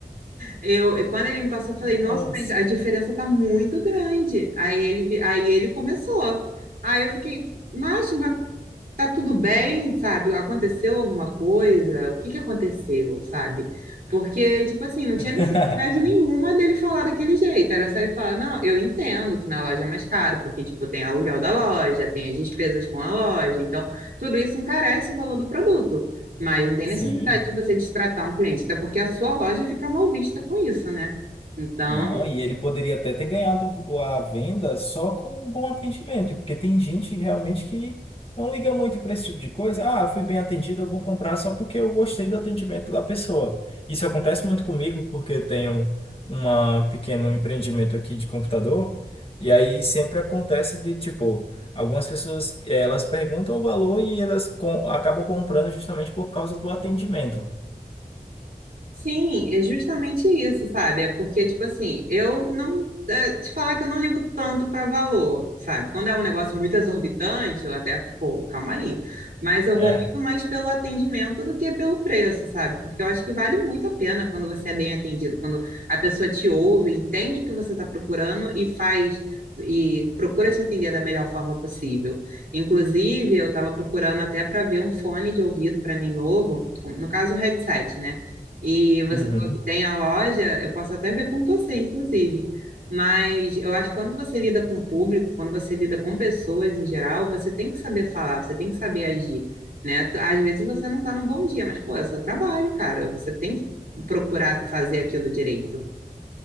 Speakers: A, on the right; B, on the left.
A: eu, quando ele me passou, eu falei,
B: Nossa!
A: nossa, mas a diferença tá muito grande. Aí ele, vi- aí ele começou. Aí eu fiquei, macho, mas tá tudo bem, sabe? Aconteceu alguma coisa? O que que aconteceu, sabe? Porque, tipo assim, não tinha
B: <laughs>
A: necessidade nenhuma dele falar daquele jeito. Era só ele falar, não, eu entendo que na loja é mais caro, porque, tipo, tem aluguel da loja, tem as despesas com a loja. Então, tudo isso encarece o valor do produto. Mas não tem
B: Sim.
A: necessidade de você destratar um cliente, até porque a sua loja fica mal vista com isso, né? Então,
B: Não, e ele poderia até ter ganhado o- a venda só com um bom atendimento, porque tem gente realmente que não liga muito para esse tipo de coisa. Ah, fui bem atendido, eu vou comprar só porque eu gostei do atendimento da pessoa. Isso acontece muito comigo, porque eu tenho um pequeno empreendimento aqui de computador, e aí sempre acontece de tipo, algumas pessoas elas perguntam o valor e elas com- acabam comprando justamente por causa do atendimento.
A: Sim, é justamente isso, sabe? É porque, tipo assim, eu não. é, te falar que eu não ligo tanto para valor, sabe? Quando é um negócio muito exorbitante, eu até, pô, calma aí. Mas eu vou
B: É.
A: muito mais pelo atendimento do que pelo preço, sabe? Porque eu acho que vale muito a pena quando você é bem atendido, quando a pessoa te ouve, entende o que você está procurando e faz. E procura te atender da melhor forma possível. Inclusive, eu estava procurando até para ver um fone de ouvido para mim novo, no caso, um headset, né? E você
B: Uhum.
A: falou que tem a loja, eu posso até ver com você, inclusive. Mas eu acho que quando você lida com o público, quando você lida com pessoas em geral, você tem que saber falar, você tem que saber agir, né? Tu- Às vezes você não tá num bom dia, mas, pô, é seu trabalho, cara. Você tem que procurar fazer aquilo direito.